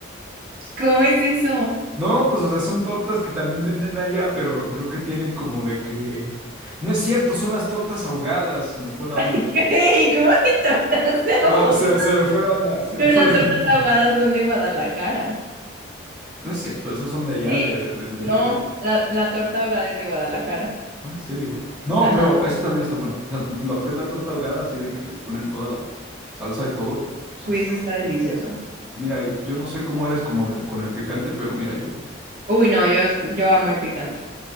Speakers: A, on the right; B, in the centre.
A: ¿Cómo es eso?
B: No, pues, o sea, son tortas que también venden allá, pero creo que tienen como de que. No es cierto, son las tortas ahogadas, se me fue la
A: <laughs>
B: onda.
A: ¿Qué? ¿Cómo hay tortas de
B: No,
A: ahogadas?
B: se, se me fue la onda, se
A: Pero
B: me fue
A: las
B: la
A: tortas
B: onda.
A: ahogadas son de Guadalajara.
B: No es cierto, esos son de allá,
A: Sí.
B: de, de- del DF.
A: No, la, la torta ahogada es de Guadalajara.
B: Ah, en serio. No,
A: Ajá.
B: pero esa también está buena. O sea, lo que es la torta ahogada, así de que les ponen toda la salsa y todo. O sea,
A: Uy,
B: está-
A: eso está delicioso.
B: mira, yo no sé cómo eres como el- con el picante, pero mira, yo.
A: Uy, no, yo, yo amo el picante.